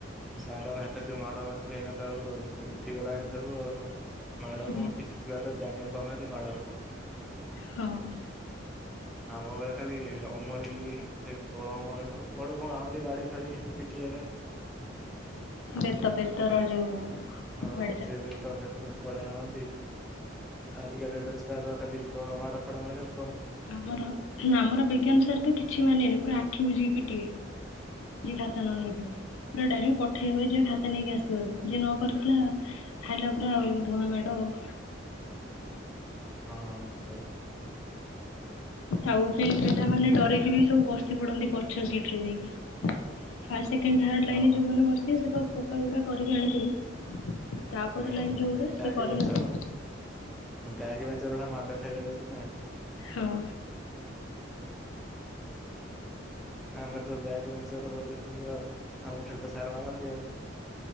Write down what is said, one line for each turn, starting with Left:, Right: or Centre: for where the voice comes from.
Centre: ସାରନ ହେତି ଯ ମାଡ଼ ଏଇନା ତ ଆଉ ଉଠି ଗଲାଣି ସବୁ ଆଉ ମାଡ
Left: ହୁଁ
Centre: କଣ କିଛି ଛୁଆ ତ ଜାଣିବା ପ୍ରଣତି ମାଡ କୁ
Left: ହଁ ଅଁ
Centre: ଆମ ବେଳେ ଖାଲି ଅମରି ସେ କଳମ ସବୁ କୁଆଡେ କଣ ଆଣନ୍ତି ବାଡ଼ି ଫାଡି଼। ପିଟିବା ପାଇଁ
Left: ବେତ ବେତ ର ଯୋଉ
Centre: ହଁ
Left: ବାଡିଟା
Centre: ସେବେତ କଡ଼ା। ଜ ଆଜିକା ଡେଟ୍ ଛୁଆ ତ ଖାଲି ମାଡ଼ ଫାଡ଼ ମାଇଲ
Left: ଆମର ଆମର ବିଜ୍ଞାନ ସାର୍ ତ କିଛି ମାନିବେନି ପୁରା ଆଖି ବୁଝିକି ପିଟିବେ। ଯିଏ ଖାତା ନ ନେଇ ଥିବ। ପୁରା ଡାଇରେକ୍ଟ ପଠେଇବେ କି ଯ ଖାତା ନେଇକି ଆସିବ ଯିଏ ନ କରିଥିଲା। ଖାଇଲା ପରା ଆଉ ଧୂଆଁ ମାଡ଼ ଆଉ
Centre: ହଁ ସେଇବା
Left: ଆଉ ବି ପିଲାମାନେ ଡରିକି ବି ସବୁ ବସି ପଡନ୍ତି ପଛ ସିଟରେ ଯାଇକି। ଫାଷ୍ଟ ସେକଣ୍ଡ ଥାର୍
Centre: ହଁ
Left: ଲାଇନ ଯୋଉମାନେ ବସିଥିବେ ସେ ତ ପୋକ ଗୁଡା କରିକି ଆଣିଥିବେ। ତାପରେ
Centre: ହୁଁ
Left: ଲାଇନ ଯୋଉଗୁଡା
Centre: ଟ୍ୟାଗ
Left: ସେ କରିନଥିବେ
Centre: ବେଞ୍ଚର ବ୍ୟାଗ ବେଞ୍ଚରର ମାଡ ଖାଇବା ବସି ନା
Left: ହଁ
Centre: ଆମେ ତ ବ୍ୟାକ୍ ବେଞ୍ଚର ବୋଧେ ଥିଲୁ ଆଉ ଆମକୁ ଖାଲି ତ ସାର ମାରନ୍ତି ଆଉ।